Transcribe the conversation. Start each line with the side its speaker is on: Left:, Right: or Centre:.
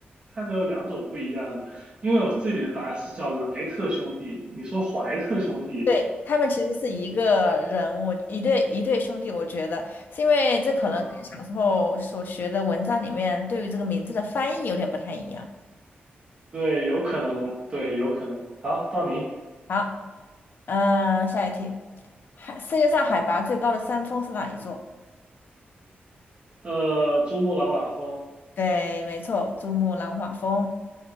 Right: 看到有两种不一样的，因为我这里的答案是叫莱特兄弟，你说怀特兄弟，
Left: 对，他们其实是一个人，我一对一对兄弟，我觉得是因为这可能跟小时候所学的文章里面对于这个名字的翻译有点不太一样。
Right: 啊、对，有可能，对，有可能。好，到你。
Left: 好，嗯、下一题，海世界上海拔最高的山峰是哪一座？
Right: 呃，珠穆朗玛峰
Left: 对，没错，珠穆朗玛峰。